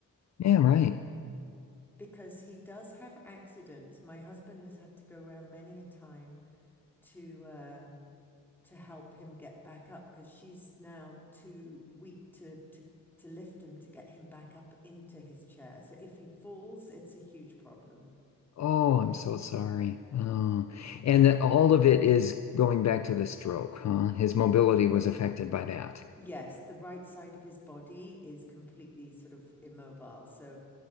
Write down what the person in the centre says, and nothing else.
Because he does have accidents. My husband has had to go around many a time to uh, to help him get back up because she's now too weak to to to lift him to get him back up into his chair. So if he falls, it's a huge problem.
Yes, the right side of his body is completely sort of immobile. So,